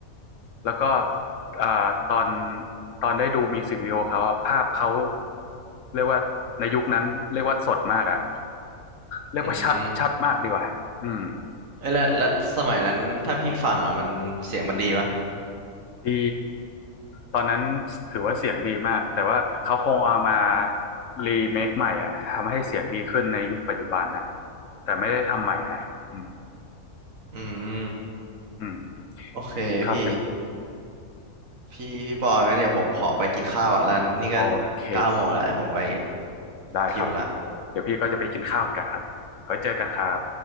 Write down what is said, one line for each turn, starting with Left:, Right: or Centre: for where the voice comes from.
Left: แล้วก็เอ่อตอนตอนได้ดูมิวสิกวิดีโอเขาอะภาพเขาเรียกว่าในยุคนั้นเรียกว่าสดมากอ่ะ เรียกว่าชัดชัดมากดีกว่าอืม
Right: อืม เอ้ยแล้วแล้วสมัยนั้นถ้าพี่ฟังอ่ะมันเสียงมันดีปะ
Left: ดี ตอนนั้นถือว่าเสียงดีมาก แต่ว่าเขาคงเอามารีเมคใหม่อ่ะทำให้เสียงดีขึ้นในยุคปัจจุบันนะ แต่ไม่ได้ทำใหม่นะอืม
Right: อืม
Left: อืม
Right: โอเคพี่
Left: ครับเป๊ะ
Right: พี่พี่ปองั้นเดี๋ยวผมขอไปกินข้าวก่อนแล้วนี่ก็
Left: โอเค
Right: เก้าโมงแล้วให้ผมไป
Left: ได้ครับ
Right: หิวละ
Left: เดี๋ยวพี่ก็จะไปกินข้าวเหมือนกันครับไว้เจอกันครับ